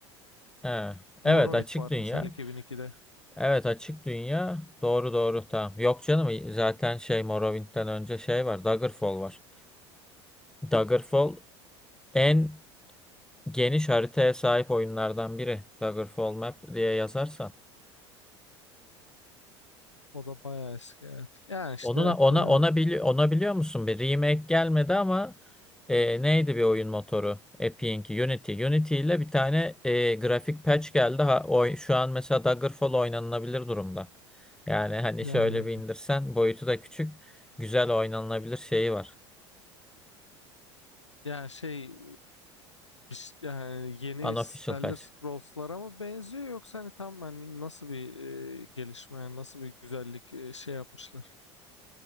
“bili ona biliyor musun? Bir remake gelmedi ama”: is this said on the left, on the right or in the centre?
Centre